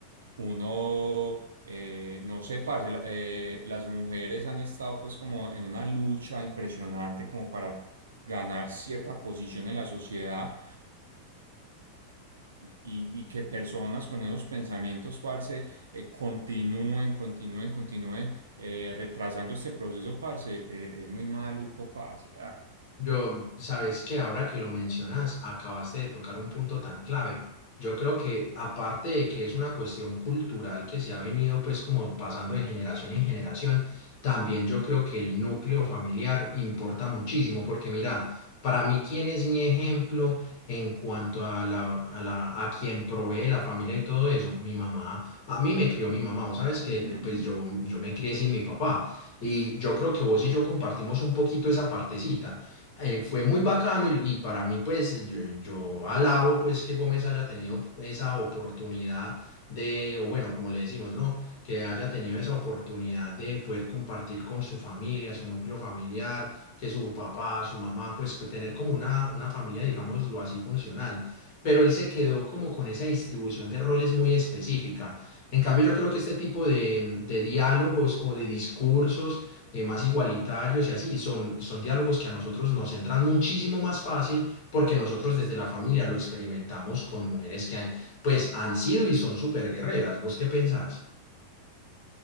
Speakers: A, on the right (about 70°); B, on the left (about 45°).
A: uno, eh, no sé, parce, la- eh, las mujeres han estado pues como en una lucha impresionante como para ganar cierta posición en la sociedad y, y que personas con esos pensamientos, parce, eh, continúen, continúen, continúen eh, retrasando este proceso, parce, eh, es muy maluco, parce. Ah.
B: Yo, sabes que ahora que lo mencionas, acabaste de tocar un punto tan clave. Yo creo que aparte de que es una cuestión cultural que se ha venido pues como pasando de generación en generación, también yo creo que el núcleo familiar importa muchísimo porque mira, para mí quién es mi ejemplo en cuanto a la, a la, a quien provee la familia y todo eso, mi mamá, a mí me crió mi mamá, vos sabes que
A: Ujú.
B: eh, pues yo, yo me crié sin mi papá y yo creo que vos y yo compartimos un poquito esa partecita eh, fue muy bacano y, y para mí pues yo, yo alabo pues que Gómez haya tenido esa oportunidad de, o bueno, como le decimos, ¿no? Que haya tenido esa oportunidad de poder compartir con su familia, su núcleo familiar, que su papá, su mamá, pues que tener como una, una familia, digámoslo así, funcional. Pero él se quedó como con esa distribución de roles muy específica. En cambio, yo creo que este tipo de, de diálogos o de discursos eh, más igualitarios y así. Son, son diálogos que a nosotros nos entran muchísimo más fácil porque nosotros desde la familia lo experimentamos con mujeres que han- pues han sido y son súper guerreras. ¿Vos qué pensás?